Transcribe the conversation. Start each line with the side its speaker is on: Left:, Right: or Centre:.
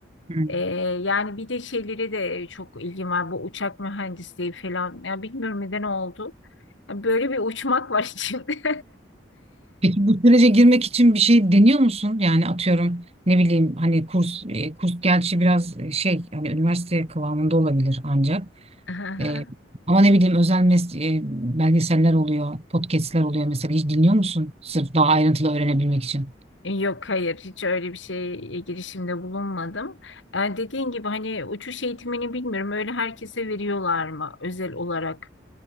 Right: hı.
Left: E, yani bir de şeylere de çok ilgim var. Bu uçak mühendisliği falan. Ya bilmiyorum neden oldu. Ya Böyle bir uçmak var içimde.
Right: Peki bu sürece girmek için bir şey deniyor musun? Yani atıyorum ne bileyim hani kurs e, kurs gerçi biraz e, şey hani üniversite kıvamında olabilir ancak.
Left: <laughs>
Right: E, ama ne bileyim özel mes- e, belgeseller oluyor, podcastler oluyor mesela. Hiç dinliyor musun? Sırf daha ayrıntılı öğrenebilmek için.
Left: Yok hayır hiç öyle bir şeye girişimde bulunmadım. Ee, dediğin gibi hani uçuş eğitimini bilmiyorum öyle herkese veriyorlar mı özel olarak?